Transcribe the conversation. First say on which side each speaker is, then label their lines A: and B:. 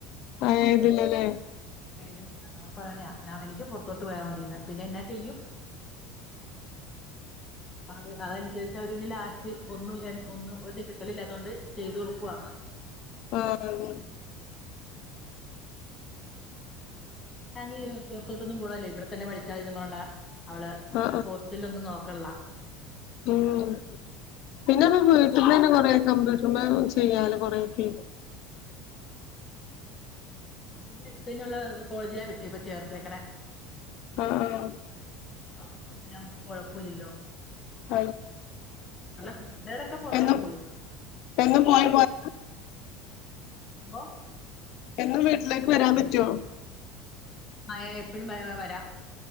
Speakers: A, on the left; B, on the left.
A: ആ എഴുതില്ലലേ?
B: എഴുതണില്ലാന്നവന് പറയണെ നാ എനിക്ക് പൊറത്തോ ട്ടു പോയാമതിന്ന് രാ പിന്നെന്നാ ചെയ്യും? അത് അതനുസരിച്ച് അവരിനി ലാസ്റ്റ് ഒന്നു ര ഒന്നു ഒരു <unintelligible> ക്കളില്ലാത്തോണ്ട് ചെയ്തതൊടുക്കൊ
A: ആഹ് അതെ
B: <unintelligible> പൊറത്തോട്ടൊന്നും പോവാല്ലെ ഇവടെത്തന്നെ പഠിച്ചാല് മതിയെങ്ങും പോവണ്ടാ അവള്
A: ആഹ് ആഹ്
B: ഹോസ്റ്റല്ലൊന്ന് നോ ക്കള്ളാ
A: ഉം പിന്നൊക്കെ വീട്ടിന്നന്നെ കൊറെയൊക്കെ കമ്പ്യൂട്ടറുമ്മേ ചെയ്യാലോ കൊറെയൊക്കെ
B: <unintelligible> പ്പയിനുള്ള കോളേജിലാ കിട്ടിയെപ്പം ചേർത്തിയേക്കണേ
A: ആഹ് ആഹ്
B: അപ്പ പിന്നെ അമ്മക്ക് കൊഴപ്പൊല്ലില്ലോ
A: <unintelligible>
B: കൂട്ടുകാരൊക്കെ പുറത്തോട്ട്
A: എന്നും
B: പോയി
A: എന്നും പോയി പോരല്ലാ
B: ബോ
A: എന്നും വീട്ടിലേക്ക് വരാൻ പറ്റോ?
B: ആ ഏ എപ്പഴും വരാ വരാ